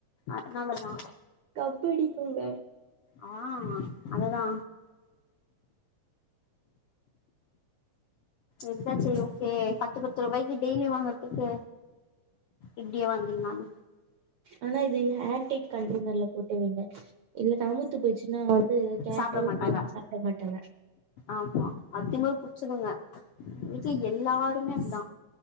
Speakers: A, on the left; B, on the right.
A: அத்னாலதா
B: கப்படிக்குங்க
A: ஆ அததா இதுதா செரி ஓகே பத்து பத்து ரூபாய்க்கு டெய்லி வாங்கற்துக்கு இப்டியே வாங்கிர்லாமே
B: ஆனா இது ஹேர் டைட் கண்டைனர்ல போட்டு வைங்க இல்ல நமுத்து போய்ச்சுன்னா அவ்ள் இது கேட்டோட்
A: சாப்ட மாட்டாங்க
B: ஓட்ஸ் சாப்ட மாட்டாங்க
A: ஆமா அத் திமிரு புட்ச்சதுங்க வீட்ல எல்லாருமே அப்டிதா